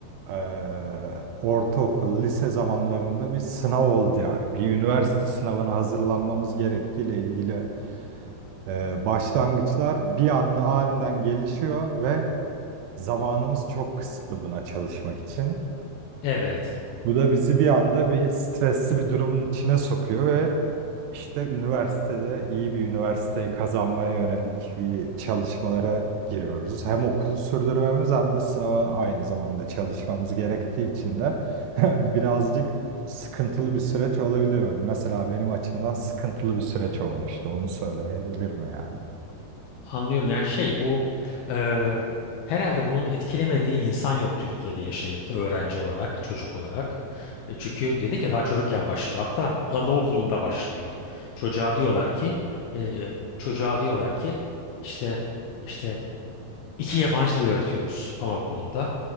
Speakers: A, on the right; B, on the left.
A: eee, ortaokul lise zamanlarında bir sınav oldu ya, bir üniversite sınavına hazırlanmamız gerektiğiyle ilgili eee, başlangıçlar bir anda aniden gelişiyor ve zamanımız çok kısıtlı buna çalışmak için.
B: evet,
A: Bu da bizi bir anda bir stresli bir durumun içine sokuyor ve işte üniversitede iyi bir üniversiteyi kazanmaya yönelik bir çalışmalara giriyoruz. Hem okulu sürdürmemiz hem de sınava aynı zamanda çalışmamız gerektiği için de <laughs> birazcık sıkıntılı bir süreç olabiliyor. Mesela benim açımdan sıkıntılı bir süreç olmuştu. Onu söyleyebilirim yani.
B: anlıyorum. Yani şey bu e, herhalde bunun etkilemediği insan yok Türkiye'de yaşayıp da öğrenci olarak, çocuk olarak. E, çünkü dedik ya daha çocukken başlıyor. Hatta anaokulunda başlıyor. Çocuğa diyorlar ki, e, çocuğa diyorlar ki işte. işte İki yabancı dil öğretiyoruz anaokulunda.